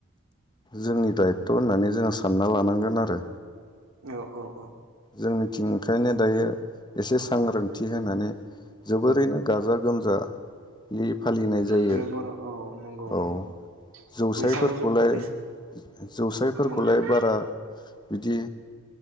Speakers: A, on the left (about 20°); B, on the right (about 75°).
A: जोंनि दायथ होननानै जोङो सानना लानांगोन आरो।
B: औ औ औ
A: जों निथिं ओंखायनो दायो एसे सांग्रांथि होनानै जोबोरैनो गाजा गोमजायै फालिनाय जायो
B: बे बर' औ नंगौ
A: औ
B: नंगौ
A: जौसायफोरखौलाय
B: बैसागु बै
A: जौसायफोरखौलाय
B: नंगौ नंगौ
A: बारा बिदि